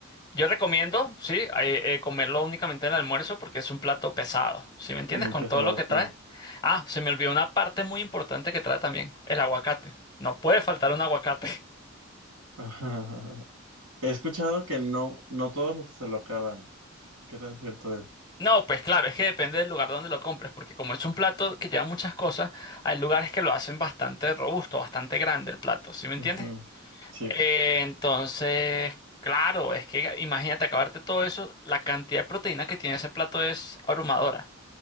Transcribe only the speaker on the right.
Muy
pesado,
sí.
<laughs> He escuchado que no, no todos los se lo acaban. ¿Qué tan cierto es?
Ujú. Sí.